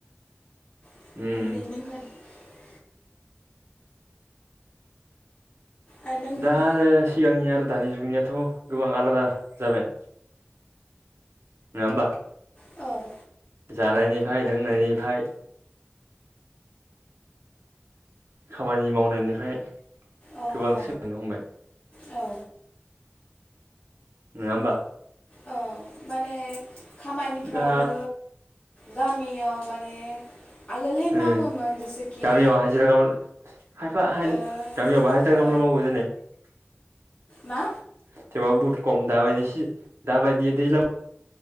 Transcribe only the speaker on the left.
<unintelligible>
ओ नों होनदो
औ औ।
औ
औ
औ।
औ माने खामानिफ्राबो
गामियाव माने आगोलहाय मावोमोन
जेसेखि
ओ
ओ
मा